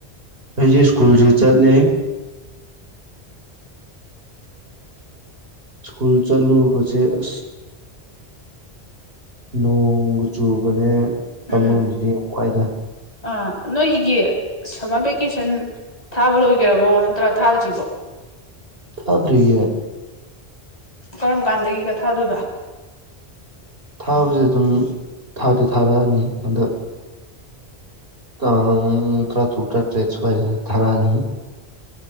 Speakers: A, on the right; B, on the left.
A: ꯑꯩꯁꯦ ꯁ꯭ꯀꯨꯜꯁꯦ ꯆꯠꯂꯦ ꯏꯁ꯭ꯀꯨꯜ ꯆꯠꯂꯨ ꯄ ꯑ ꯅꯣꯡꯆꯨꯕꯅꯦ ꯀꯝꯕꯔꯗꯤꯅꯨꯡꯉꯏꯗ
B: ꯎꯝ ꯑꯥ ꯅꯣꯏꯒꯤ ꯁꯝꯃꯔ ꯚꯦꯀꯦꯁꯟ ꯊꯥꯕ ꯂꯣꯏꯒꯦꯔꯕꯣ ꯅꯠꯇ꯭ꯔ ꯊꯥꯗ꯭ꯔꯤꯕꯣ
A: ꯊꯥꯗꯔꯤꯌꯦ
B: ꯀꯔꯝ ꯀꯥꯟꯗꯒꯤ ꯀ ꯊꯥꯗꯣꯏꯕ
A: ꯊꯥꯕꯁꯦ ꯑꯗꯨꯝ ꯊꯥꯗꯤ ꯊꯥꯔꯛꯑꯅꯤ ꯍꯟꯗꯛ ꯑ ꯊꯔ ꯇ ꯇꯦ ꯁꯥꯏ ꯊꯔꯥꯅꯤ